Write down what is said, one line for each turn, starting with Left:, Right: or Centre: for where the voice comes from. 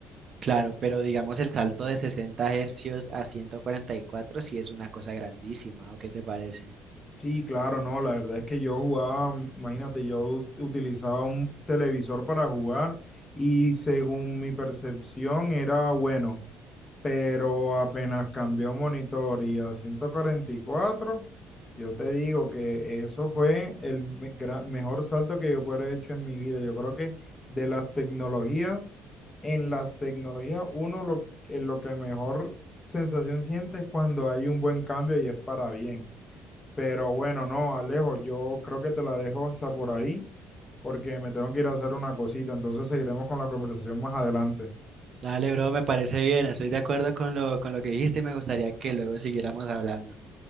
Right: claro, pero digamos el salto de 60 hercios a 144 sí es una cosa grandísima, ¿o qué te parece?
Left: Sí, claro, no, la verdad es que yo jugaba, mm, imagínate, yo us- utilizaba un televisor para jugar y según mi percepción era bueno, pero apenas cambió monitor y a 144, yo te digo que eso fue el me- gra- mejor salto que yo pudiera haber hecho en mi vida. Yo creo que de las tecnologías, en las tecnologías, uno lo, en lo que mejor sensación siente es cuando hay un buen cambio y es para bien. Pero bueno, no, Alejo, yo creo que te la dejo hasta por ahí, porque me tengo que ir a hacer una cosita, entonces seguiremos con la conversación más adelante.
Right: Dale, bro, me parece bien, estoy de acuerdo con lo, con lo que dijiste y me gustaría que luego siguiéramos hablando.